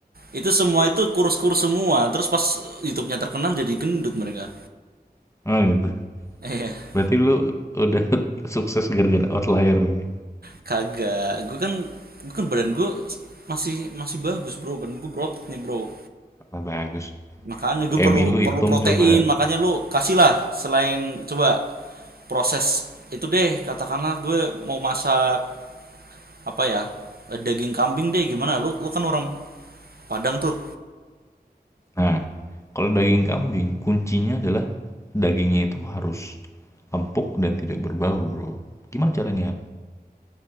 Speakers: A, on the right; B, on the left.
A: itu semua itu kurus-kurus semua terus pas YouTube-nya terkenal jadi gendut mereka
B: ah, oh gitu.
A: <laughs> eh
B: Berarti lu udah <laughs> sukses gara-gara outlier nih.
A: kagak gue kan gue kan badan gue masih masih bagus bro badan gue berotot nih bro
B: Wah, bagus.
A: Makanya gue
B: BMI
A: perlu
B: lu hitung
A: perlu protein,
B: coba.
A: makanya lu kasihlah selain coba proses itu deh, katakanlah gue mau masak apa ya? eh, Daging kambing deh gimana? Lu lu kan orang Padang tuh,
B: Nah, kalau daging kambing, kuncinya adalah dagingnya itu harus empuk dan tidak berbau, bro. Gimana caranya?